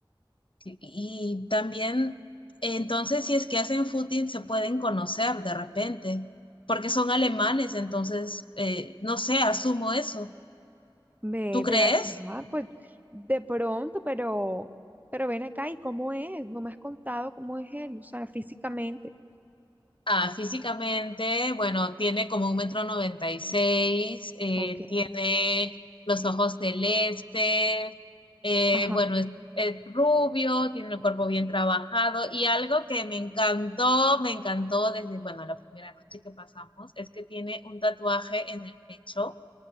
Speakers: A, on the left; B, on the right.
A: y y también, entonces, si es que hacen footing, se pueden conocer de repente, porque son alemanes, entonces, eh, no sé, asumo eso.
B: Ve,
A: ¿Tú crees?
B: ven acá, pues de pronto, pero, pero ven acá y cómo es, no me has contado cómo es él, o sea, físicamente.
A: Ah, físicamente, bueno, tiene como un metro noventa y seis, eh,
B: Ok.
A: tiene los ojos celestes, eh,
B: Ajá.
A: bueno, es, es rubio, tiene el cuerpo bien trabajado y algo que me encantó, me encantó desde, bueno, la primera noche que pasamos, es que tiene un tatuaje en el pecho